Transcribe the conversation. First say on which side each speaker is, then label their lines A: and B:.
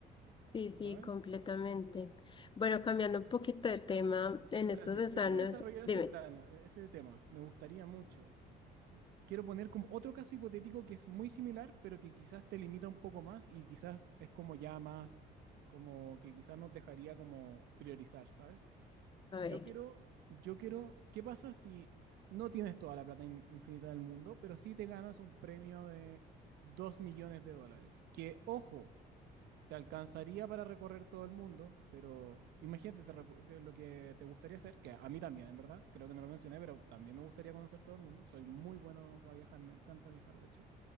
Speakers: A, on the left (about 30°); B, on the right (about 75°).
A: Sí, sí,
B: ¿sabes?
A: completamente. Bueno, cambiando un poquito de tema en estos
B: Espérate,
A: dos
B: yo
A: años,
B: quiero desarrollar
A: dime.
B: ese plan, e- ese tema. Me gustaría mucho. Quiero poner como otro caso hipotético que es muy similar, pero que quizás te limita un poco más y quizás es como ya más, como que quizás nos dejaría como priorizar, ¿sabes?
A: A
B: Yo
A: ver,
B: quiero, yo quiero, ¿qué pasa si no tienes toda la plata in- infinita del mundo, pero sí te ganas un premio de dos millones de dólares? Que, ojo, te alcanzaría para recorrer todo el mundo, pero imagínate te recu- que lo que te gustaría hacer, que a mí también, en verdad, creo que no lo mencioné, pero también me gustaría conocer todo el mundo. Soy muy bueno para viajar, me encanta viajar, de hecho.